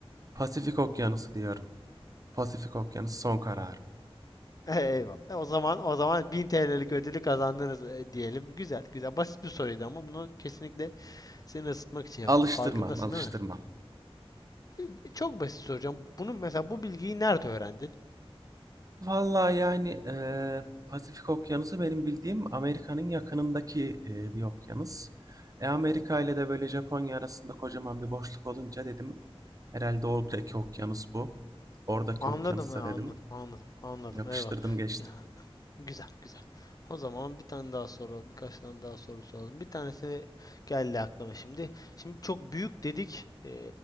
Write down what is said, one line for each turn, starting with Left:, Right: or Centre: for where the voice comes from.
Right: Pasifik Okyanusu diyorum. Pasifik Okyanusu son kararım.
Left: <laughs> Eyvallah. E, O zaman o zaman 1000 TL'lik ödülü kazandınız e, diyelim. Güzel, güzel. Basit bir soruydu ama bunu kesinlikle seni ısıtmak için yaptım.
Right: Alıştırmam,
Left: Farkındasın
Right: alıştırmam.
Left: değil mi? E, e, Çok basit soracağım. Bunu mesela bu bilgiyi nerede öğrendin?
Right: Vallahi, yani, eee, Pasifik Okyanusu benim bildiğim Amerika'nın yakınındaki, eee, bir okyanus. E, Amerika ile de, böyle, Japonya arasında kocaman bir boşluk olunca dedim, herhalde oradaki okyanus bu. Oradaki
Left: Anladım,
Right: okyanusta
Left: e, anladım,
Right: dedim,
Left: anladım, anladım.
Right: yapıştırdım
Left: Eyvallah.
Right: geçtim.
Left: Ya, Güzel, güzel. O zaman bir tane daha soru, birkaç tane daha soru soralım. Bir tanesi geldi aklıma şimdi. Şimdi çok büyük dedik e,